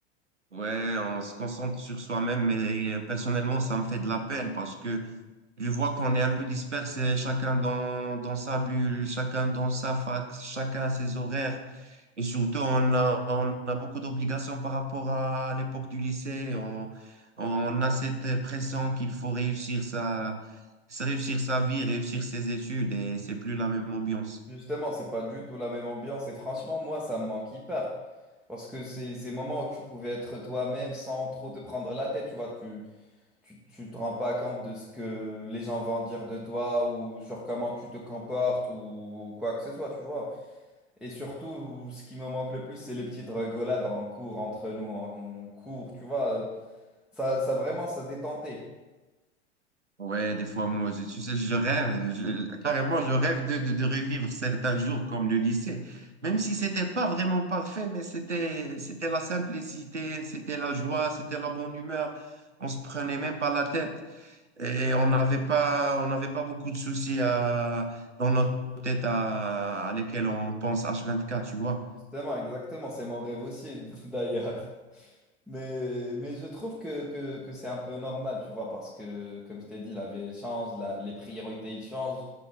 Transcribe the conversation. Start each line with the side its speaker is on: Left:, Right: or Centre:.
Right: Ouais, on se concentre sur soi-même, mais euh, personnellement, ça me fait de la peine parce que je vois qu'on est un peu dispersé, chacun dans, dans sa bulle, chacun dans sa fac, chacun à ses horaires. Et surtout, on a, on a beaucoup d'obligations par rapport à l'époque du lycée. On, on a cette pression qu'il faut réussir sa, réussir sa vie, réussir ses études et c'est plus la même ambiance.
Centre: Justement, c'est pas du tout la même ambiance. Et franchement, moi, ça me manque hyper. Parce que c'est ces moments où tu pouvais être toi-même sans trop te prendre la tête. Tu vois, tu, tu, tu te rends pas compte de ce que les gens vont dire de toi ou sur comment tu te comportes ou quoi que ce soit, tu vois. Et surtout, ce qui me manque le plus, c'est les petites rigolades en cours, entre nous, en, en cours, tu vois. Ça, ça vraiment, ça détentait.
Right: Ouais, des fois, moi, je- tu sais, je rêve, je- carrément, je rêve de, de, de revivre certains jours comme le lycée. Même si c'était pas vraiment parfait, mais c'était, c'était la simplicité, c'était la joie, c'était la bonne humeur. On se prenait même pas la tête et on n'avait pas, on n'avait pas beaucoup de soucis à, dans notre tête à, à lesquels on pense H24, tu vois.
Centre: Justement, exactement. C'est mon rêve aussi, <laughs> d'ailleurs. Mais, mais je trouve que, que, que c'est un peu normal, tu vois, parce que, comme je t'ai dit, la vie, elle change, la- les priorités, ils changent.